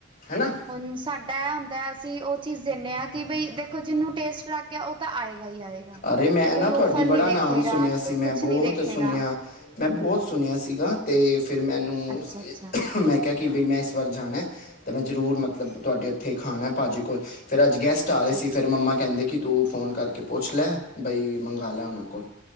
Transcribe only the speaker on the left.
ਹੈ ਨਾ।
ਅਰੇ ਮੈਂ ਨਾ
ਤੁਹਾਡੀ
ਬੜਾ
ਨਾਮ ਸੁਨਿਆ ਸੀ,
ਮੈਂ
ਬੋਤ
ਸੁਨਿਆ। ਮੈਂ ਬੋਤ ਸੁਣਿਆ ਸੀਗਾ ਤੇ ਫੇਰ ਮੈਨੂੰ
ਮੈਂ ਕੇਹਾ ਕਿ ਬਈ ਮੈਂ ਏਸ ਵਾਰ ਜਾਣਾ ਤੇ ਮੈਂ ਜ਼ਰੂਰ ਮਤਲਬ ਤੁਹਾਡੇ ਓੱਥੇ ਖਾਣਾ ਭਾਜੀ ਕੋਲ ਫੇਰ ਅੱਜ ਗੈਸਟ ਆ
ਰੇ ਸੀ
ਫਿਰ ਮੰਮਾ ਕਹਿਦੇ ਕਿ ਤੂੰ ਫੋਨ ਕਰਕੇ ਪੁੱਛ ਲੈ ਬਈ ਮੰਗਾ ਲੈ ਓੱਨਾਂ ਕੋਲ